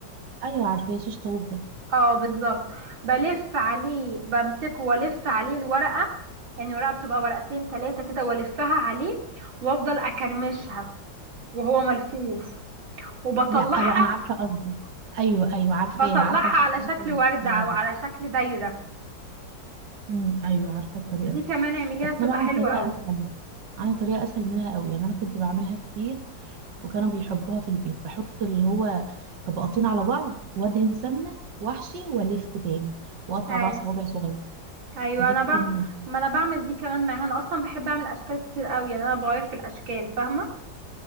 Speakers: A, on the right; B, on the right.
A: ايوه عارفاه شيش طاووق ده
B: اه بالظبط بلف عليه بمسكه والف عليه الورقة يعني الورقة بتبقى ورقتين تلاتة كده والفها عليه وافضل اكرمشها وهو ملفوف وبطلعها
A: لا بقى انا عارفه قصدي ايوه ايوه عارفاها
B: بطلعها
A: عارفه الح-
B: على
A: عارفه
B: شكل وردة
A: الطريقه
B: او
A: دي
B: على شكل دايرة
A: امم ايوه عارفه الطريقه
B: دي
A: دي
B: كمان اعمليها
A: بس
B: تبقى
A: انا بقى عن
B: حلوة
A: طريقه
B: قوي
A: اسهل عن طريقه اسهل منها قوي يعني انا كنت بعملها كتير وكانوا بيحبوها في البيت بحط اللي هو طبقتين على بعض وادهن سمنه واحشي والف تاني واقطع
B: ايوه
A: بقى صوابع صغير
B: ايوه
A: فدي
B: انا
A: بتكون
B: بقى
A: حلوه
B: ما انا بعمل دي كمان معاها انا اصلا بحب اعمل اشكال كتير قوي يعني انا بغير في الاشكال فاهمة